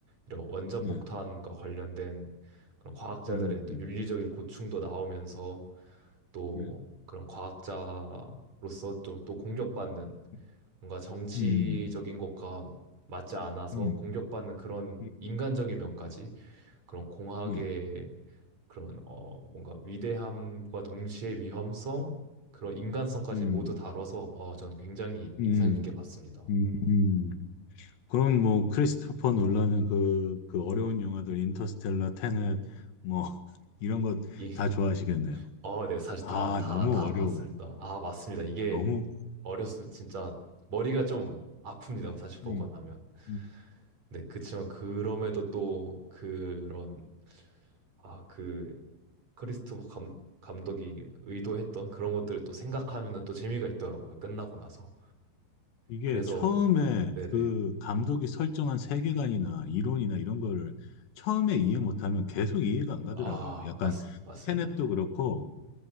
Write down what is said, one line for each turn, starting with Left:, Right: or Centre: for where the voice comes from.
Right: 이런 원자폭탄과
Left: 네,
Right: 관련된 그런 과학자들의
Left: 음,
Right: 또 윤리적인 고충도 나오면서 또
Left: 네,
Right: 그런 과학자로서 좀 또 공격받는
Left: 네.
Right: 뭔가 정치적인
Left: 음,
Right: 것과 맞지 않아서
Left: 음,
Right: 공격받는 그런
Left: 음,
Right: 인간적인 면까지 그런 공학의
Left: 네,
Right: 그런 어 뭔가 위대함과 동시에 위험성 그런 인간성까지
Left: 음,
Right: 모두 다뤄서 어 전 굉장히
Left: 음,
Right: 인상 깊게 봤습니다.
Left: 음. 그럼 뭐 크리스토퍼 놀라는 그, 그 어려운 영화들 인터스텔라, 테넷 뭐 <laughs> 이런 것
Right: 이 <laughs>
Left: 다 좋아하시겠네요.
Right: 어, 네, 사실
Left: 아,
Right: 다, 다,
Left: 너무
Right: 다
Left: 어려워요.
Right: 봤습니다. 아, 맞습니다. 이게
Left: 너무
Right: 어렸으면 진짜 머리가 좀 아픕니다. 사실 보고
Left: 음,
Right: 나면.
Left: 음.
Right: 근데 그치만 그럼에도 또 그런, 아, 그 크리스토퍼 감, 감독이 의도했던 그런 것들을 또 생각하면은 또 재미가 있더라고요. 끝나고 나서.
Left: 이게
Right: 그래서,
Left: 처음에
Right: 네네.
Left: 그 감독이 설정한 세계관이나 이론이나 이런 거를 처음에 이해 못하면 계속 이해가 안 가더라고요.
Right: 아,
Left: 약간
Right: 맞습, 맞습니다.
Left: 테넷도 그렇고